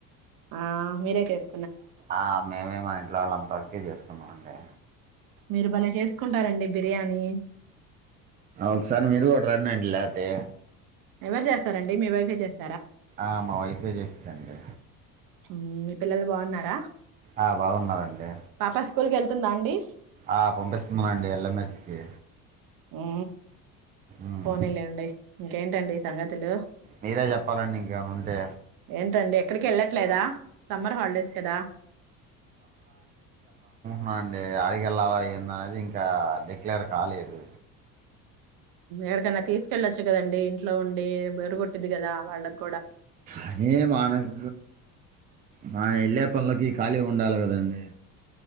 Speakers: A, on the right; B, on the right.
A: ఆ మీరే చేస్
B: ఆ మేమే మా ఇంట్లో వాళ్ళు అంతవరకే చేసుకున్నామ అండి
A: మీరు బలే చేసుకుంటారండి బిర్యానీ
B: ఒకసారి మీరు పర్మినెంట్ లేతే
A: ఎవరు చేస్తారండి మీ వైఫే చేస్తా
B: అ మా చేస్తందండి
A: ఊ పిల్లలు బాగున్నారా
B: ఆ బాగున్నారండి
A: పాప స్కూ స్కూల్కి వెళ్తుందా అండి
B: ఆ పంపిస్తున్నానండి ఎల్ఎంహెచ్కి
A: ఉ
B: ఉమ్
A: పోనీలేండి ఇంకేంటండి సంగతులు
B: మీరే చెప్పాలండి ఇంకేమనా ఉంటే
A: ఏంటండి ఎక్కడికి వెళ్ళట్లేదా సమ్మర్ హాలిడేస్ కదా
B: మా అండి అడికెల్లాల ఏంది అనేది ఇంకా డిక్లేర్ కాలేదు
A: ఎడకన్నా తీసుకెళ్ళచు వచ్చు కదండి ఇంట్లో ఉండి <unintelligible> ది కదా వాళ్ళకు
B: అదే మానకు మా వెళ్ళే పనులోకి ఖాళీ ఉండాలి కదండి